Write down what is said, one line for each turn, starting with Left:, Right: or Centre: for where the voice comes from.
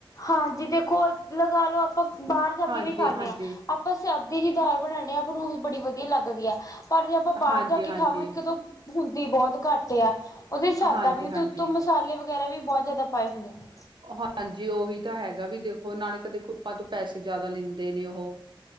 Left: ਹਾਂਜੀ ਦੇਖੋ ਲਗਾ ਲੋ ਆਪਾਂ ਬਾਹਰ ਜਾ
Right: ਹਾਂਜੀ
Left: ਕੇ ਵੀ ਖਾਂਨੇ
Right: ਹਾਂਜੀ
Left: ਆਂ। ਆਪਾਂ ਸਿਆਦੀ ਜੀ ਦਾਲ ਬਨਾਨੇ ਆ, ਆਪਾਂ ਨੂੰ ਓ ਵੀ ਬੜੀ ਵਧੀਆ ਲੱਗਦੀ ਆ। ਪਰ ਜੇ ਆਪਾਂ ਬਾਰ
Right: ਹਾਂਜੀ
Left: ਜਾ
Right: ਹਾਂਜੀ
Left: ਕੇ ਖਾਵਾਂਗੇ, ਇੱਕ ਤਾਂ ਹੁੰਦੀ ਬੋਤ ਘੱਟ ਆ। ਓਦੇ ਸਕਦਾ
Right: ਹਾਂਜੀ
Left: ਵੀ ਨਈ
Right: ਹਾਂਜੀ
Left: ਤੇ ਉੱਤੋਂ- ਮਸਾਲੇ ਵਗੈਰਾ ਵੀ ਬੋ ਜਾਦਾ ਪਾਏ ਹੁੰਦੇ ਨੇ।
Right: ਓ ਹਾਂਜੀ ਓਹੀ ਤਾਂ ਹੈਗਾ ਵੀ ਦੇਖੋ ਨਾਲੇ ਤਾਂ ਦੇਖੋ ਆਪਾਂ ਤੋਂ ਪੈਸੇ ਜਾਦਾ ਲੈਂਦੇ ਨੇ ਓਹ।